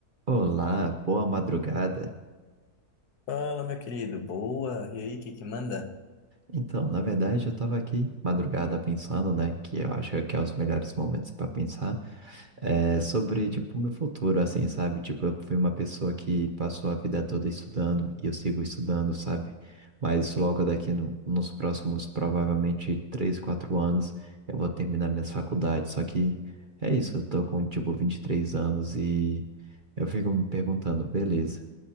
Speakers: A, on the right (about 40°); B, on the left (about 75°).
A: Olá, boa madrugada.
B: Fala, meu querido, boa. E aí, o que que manda?
A: Então, na verdade, eu tava aqui madrugada pensando, né, que eu acho que é os melhores momentos para pensar, é, sobre, tipo, o meu futuro, assim, sabe? Tipo, eu fui uma pessoa que passou a vida toda estudando e eu sigo estudando, sabe? Mas logo daqui no- nos próximos, provavelmente, três, quatro anos, eu vou terminar minhas faculdades. Só que é isso, eu tô com, tipo, 23 anos e eu fico me perguntando, beleza.